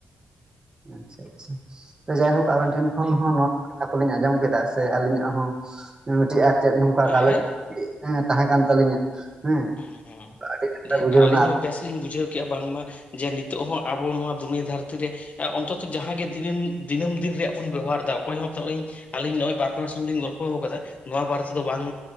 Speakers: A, on the right; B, on the left.
A: ᱟᱪᱪᱷᱟ ᱟᱪᱪᱷᱟ ᱾ ᱛᱚ ᱡᱟᱭᱦᱳᱠ ᱟᱵᱮᱱ ᱴᱷᱮᱱ ᱠᱷᱚᱱ ᱦᱚᱸ ᱱᱚᱣᱟ ᱠᱟᱛᱷᱟ ᱠᱚᱞᱤᱧ ᱟᱸᱡᱚᱢ ᱠᱮᱫᱟ ᱥᱮ ᱟᱹᱞᱤᱧᱟᱜ ᱦᱚᱸ ᱢᱤᱫ ᱴᱮᱡ ᱪᱮᱫ ᱱᱚᱝᱠᱟ ᱜᱟᱞᱚᱪ
B: ᱦᱮᱸ
A: ᱟᱨᱠᱤ ᱛᱟᱦᱮᱸ ᱠᱟᱱ ᱛᱟᱹᱞᱤᱧᱟ ᱦᱮᱸ
B: ᱦᱮᱸ
A: ᱟᱹᱰᱤ ᱱᱟᱯᱟᱭ
B: ᱡᱟᱭᱦᱳᱠ
A: ᱵᱩᱡᱷᱟᱹᱣᱱᱟ
B: ᱟᱹᱞᱤᱧ ᱦᱚᱸ ᱵᱮᱥ ᱞᱤᱧ ᱵᱩᱡᱷᱟᱹᱣ ᱠᱮᱜᱼᱟ ᱵᱟᱝᱢᱟ ᱡᱮ ᱱᱤᱛᱚᱜ ᱦᱚᱸ ᱟᱵᱚ ᱱᱚᱣᱟ ᱫᱦᱩᱲᱤ ᱫᱷᱟᱹᱨᱛᱤ ᱨᱮ ᱚᱱᱛᱚᱛᱚ ᱡᱟᱦᱟᱸ ᱜᱮ ᱫᱤᱱᱟᱹᱢ ᱫᱤᱱᱟᱹᱢ ᱫᱤᱱ ᱨᱮᱭᱟᱜ ᱵᱚᱱ ᱵᱮᱵᱚᱦᱟᱨ ᱮᱫᱟ ᱚᱠᱚᱭ ᱦᱚᱸᱛᱚ ᱤᱧ ᱟᱹᱞᱤᱧ ᱱᱚᱜᱼᱚᱭ ᱵᱟᱨ ᱯᱮ ᱦᱚᱲ ᱥᱚᱢ ᱞᱤᱧ ᱜᱚᱞᱯᱚ ᱟᱠᱟᱫᱟ ᱱᱚᱣᱟ ᱵᱟᱨ ᱛᱮᱫᱚ ᱵᱟᱝ,